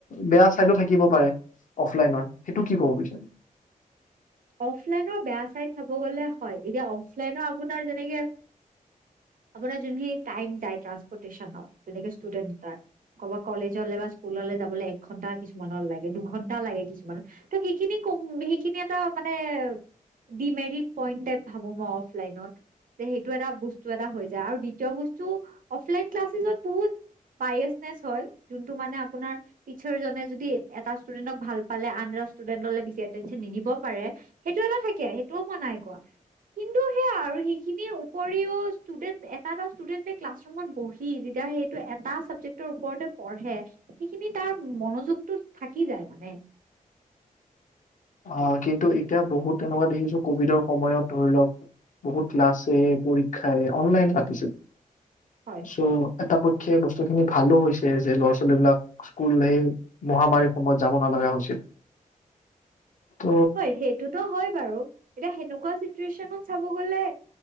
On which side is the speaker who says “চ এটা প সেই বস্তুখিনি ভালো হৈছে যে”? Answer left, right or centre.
Left